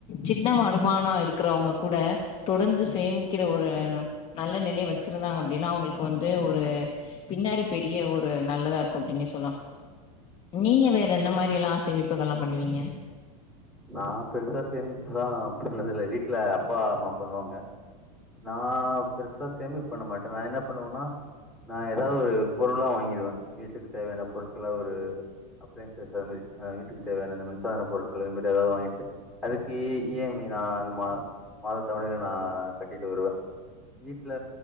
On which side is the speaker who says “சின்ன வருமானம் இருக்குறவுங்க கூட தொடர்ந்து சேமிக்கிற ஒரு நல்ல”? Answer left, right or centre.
Left